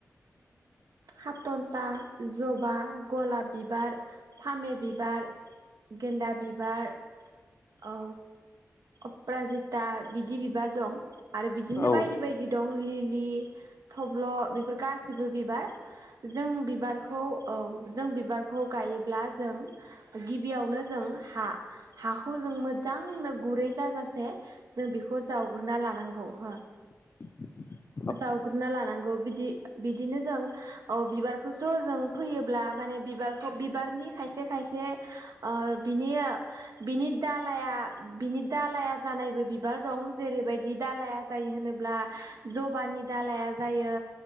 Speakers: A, on the right (about 75°); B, on the left (about 40°).
A: हाथन्था जबा गलाप बिबार फामे बिबार गेन्दा बिबार औ अप्राजिता बिदि बिबार दं! आरो बिदिनो
B: औ नोंथां
A: बायदि बायदि दं लिलि थब्ल' बेफोर गासिबो बिबार जों बिबारखौ औ जों बिबारखौ गायोब्ला जों गिबियावनो जों हा। हाखौ जों मोजांनो गुरै जाजासे जों बेखौ जावग्रोना लानांगौ हो
B: <unintelligible>
A: जावग्रोना लानांगौ बिदि बिदिनो जों औ बिबारखौस' जों फैयोब्ला माने बिबारखौ बिबारनि खायसे खायसे ओ बिनि बिनि दालाया बिनि दालाया जानायबो बिबार दं जेरैबायदि दालाया जायो होनोब्ला जबानि दालाया जायो।